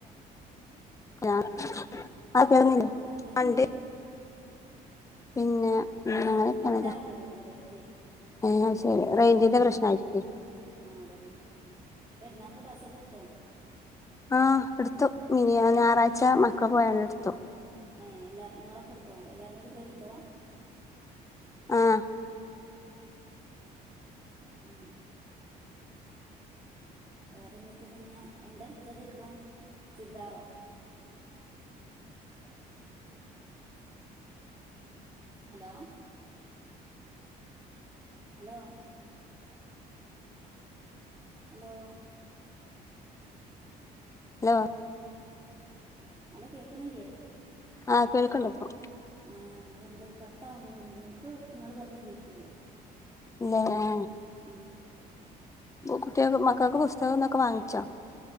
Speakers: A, on the left; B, on the right.
A: <unintelligible>
B: ഏ
A: <unintelligible> ആഹ്
B: ആ കേക്ക്ണ്ട്
A: ഇണ്ട്.
B: കേക്ക്ണ്ട്
A: പിന്നെ ഉം
B: ശരിക്ക്
A: അങ്ങനൊക്കേണ്
B: കട്ടാവ്ണ്ട്
A: ലേ.
B: തോന്ന്ണ്ട് എടക്ക്
A: ഏഹ് അഹ്ശരി. റേയ്ഞ്ചിന്റെ പ്രശ്നായിരിക്ക്‌വേ.
B: ആഹ് അതന്നെ. പെരുന്നാക്ക് ഡ്രസ്സൊക്കെ ഇട്ത്തോ?
A: ആഹ് ഇട്ത്തു. മിനിയാ ഞായറാഴ്ച മക്കള് പോയാണ്ട് ഇട്ത്തു.
B: ഏഹ് എല്ലാരും ഇങ്ങളൊക്കെ ഇട്ത്തോ? എല്ലാരും കൂടി പോയി ഇട്ത്തതാ?
A: ആഹ്
B: ഏഹ് വേറെന്തൊക്കെ പിന്നെ, എന്താ ഇട്ത്തത് ഇപ്പം. ചുരിദാറോ hello hello hello
A: law
B: hello കേക്ണില്ലേ?
A: ആ കേൾക്കണ്ട് ഇപ്പൊ
B: ആഹ് ഇങ്ങളെന്തോ കട്ടാവ്ണ്ട് നിങ്ങന്ന് ഇൻക്ക് ഇങ്ങള് പറിണെ കേക്കില്ല്യാ.
A: ഇല്ല ലേ
B: ഉം
A: കു കുട്ടിയേക്ക് മക്കക്ക് പുസ്തകം ഇതൊക്കെ വാങ്ങിച്ചോ?